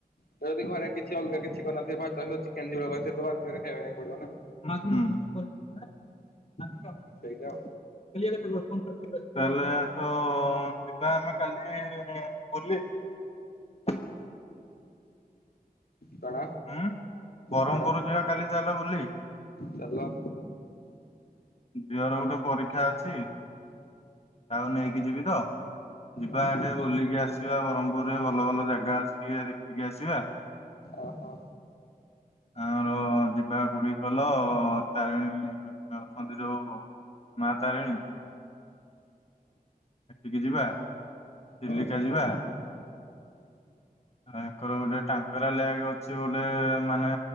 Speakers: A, on the left; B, on the left.
A: ତ ଯଦି ଘରେ କିଛି ଅଲଗା କିଛି କରିନଥିବେ ଭାତ ସହ ଚିକେନ ଝୋଳ କରିଥିବେ ତ ବାଧ୍ୟରେ ଖାଇବା ଲାଗି ପଡିବ ନା।
B: <unintelligible> ତାହେଲେ
A: ହୁଁ
B: ଆସ
A: ସେଇଟା ଆଉ
B: ଯିବା ଆମେ କାଲି ବୁଲି। <inaudible>
A: କଣ
B: ହୁଁ ବ୍ରହ୍ମପୁର
A: କଣ
B: ଯିବା କାଲି ଚାଲ ବୁଲି।
A: ଚାଲ।
B: ଝିଅର ଗୋଟେ ପରୀକ୍ଷା ଅଛି। ତାକୁ ନେଇକି ଯିବି ତ। ଯିବା
A: ଓହୋ
B: ଏଠେ ବୁଲିକି ଆସିବା ବ୍ରହ୍ମପୁରରେ ଭଲ ଭଲ ଜାଗା ଅଛି ଟିକେ ଦେଖିକି ଆସିବା।
A: ଓହୋ।
B: ଆମର ଯିବା ଗୁଡିକଲ ତାରିଣୀ ଘାଟ। ମନ୍ଦିରଉ ମା ତାରିଣୀ। ସେଠିକି ଯିବା ଚିଲିକା
A: ଓହୋ
B: ଯିବା। ଏକର ଗୋଟେ ଟାମ୍ପେରା ଲେକ୍ ଅଛି ଗୋଟେ ମାନେ